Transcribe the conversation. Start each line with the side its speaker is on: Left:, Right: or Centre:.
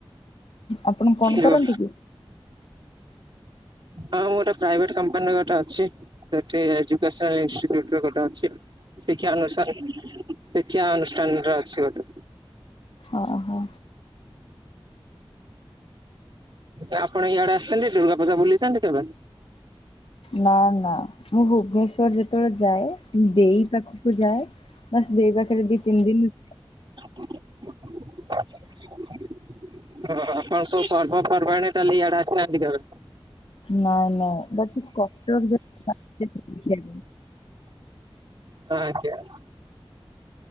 Left: ଆପଣ କଣ
Right: ଯୋଉ
Left: କରନ୍ତି କି?
Right: ହଁ ମୁଁ ଗୋଟେ ପ୍ରାଇଭେଟ୍ କମ୍ପାନୀରେ ଗୋଟେ ଅଛି ସେଠି ଏଜୁକେସନ୍ ଇନଷ୍ଟିଚ୍ୟୁଟରେ ଗୋଟେ ଅଛି। ଶିକ୍ଷା ଅନୁଷ୍ଠାନ ଶିକ୍ଷା ଅନୁଷ୍ଠାନରେ ଅଛି ଗୋଟେ।
Left: ଓ ହୋ।
Right: ଆପଣ ଇଆଡେ ଆସିଛନ୍ତି ଦୁର୍ଗା ବୁଲିଛନ୍ତି କେବେ?
Left: ନାଁ ନାଁ ମୁଁ ଭୁବନେଶ୍ଵର ଯେତେବେଳେ ଯାଏ ମୁଁ ଦେଇ ପାଖକୁ ଯାଏ। ବାସ୍ ଦେଇ ପାଖରେ ଦି ତିନ ଦିନ
Right: <unintelligible> ହଁ ଆପଣ କଉ ପର୍ବପର୍ବାଣି ତାହେଲେ ଇଆଡେ ଆସିନାହାଁନ୍ତି କେବେ?
Left: ନାଁ ନାଁ ବାକି କଟକରେ <unintelligible> ଦେଖିବାକୁ ମିଳେ।
Right: ହଁ ଆଜ୍ଞା।